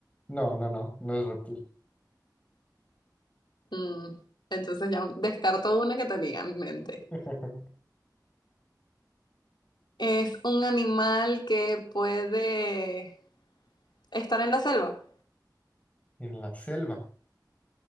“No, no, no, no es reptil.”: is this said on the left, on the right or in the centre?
Left